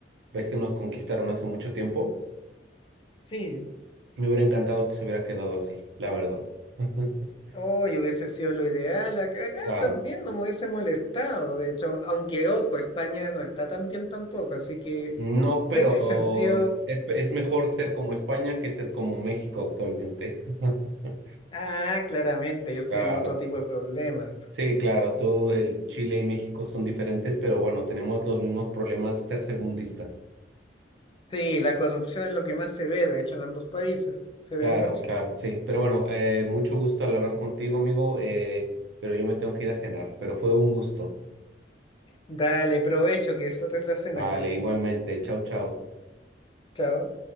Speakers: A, on the right (about 80°); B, on the left (about 30°).
A: ¿Ves que nos conquistaron
B: Eh,
A: hace mucho tiempo?
B: Sí,
A: Me hubiera encantado que se hubiera quedado así, la verdad. <laughs>
B: hoy hubiese sido lo ideal. Acá, acá
A: Claro.
B: también no me hubiese molestado, de hecho, aunque ojo, España no está tan bien tampoco, así que <laughs>
A: No, pero
B: en ese sentido
A: es, es mejor ser como España que ser como México actualmente. <laughs>
B: Ah, claramente, ellos
A: Claro.
B: tienen otro tipo de problemas.
A: Sí, claro, tú, el Chile y México son diferentes, pero bueno, tenemos los mismos problemas tercermundistas.
B: Sí, la corrupción es lo que más se ve, de hecho, en ambos países. Se ve
A: Claro,
B: mucho.
A: claro, sí. Pero bueno, eh, mucho gusto al hablar contigo, amigo, eh, pero yo me tengo que ir a cenar, pero fue un gusto.
B: Dale, provecho, que disfrutes la cena,
A: Vale,
B: Cristian.
A: igualmente. Chau, chau.
B: Chao.